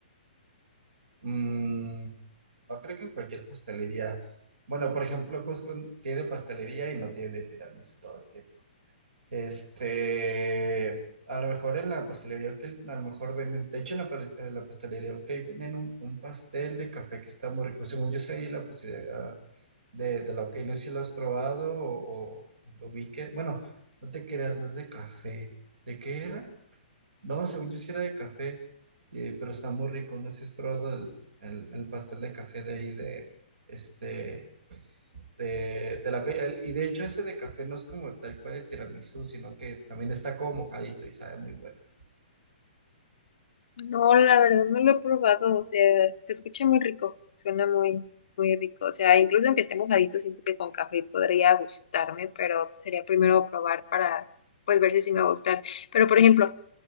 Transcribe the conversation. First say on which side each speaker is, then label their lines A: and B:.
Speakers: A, on the right (about 70°); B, on the left (about 60°).
A: Mm, no creo que en cualquier pastelería. Bueno, por ejemplo, Costco tiene pastelería y no tiene de tiramisú todo el tiempo. Este, a lo mejor en la pastelería que a lo mejor venden, de hecho en la, pa- en la pastelería ok, venden un, un pastel de café que está muy rico. Según yo sé, ahí en la pastelería De, de la OK, no sé si lo has probado o, o lo vi que, bueno, no te creas, no es de café. ¿De qué era? No, según yo sí era de café, eh, pero está muy rico. No sé si has probado el, el- el pastel de café de ahí, de este, de, de la OK. El- Y de hecho, ese de café no es como tal cual el tiramisú, sino que también está como mojadito y sabe muy bueno.
B: No, la verdad no lo he probado, o sea, se escucha muy rico, suena muy, muy rico, o sea, incluso aunque esté mojadito, siento que con café podría gustarme, pero sería primero probar para, pues, ver si sí me va a gustar. Pero, por ejemplo,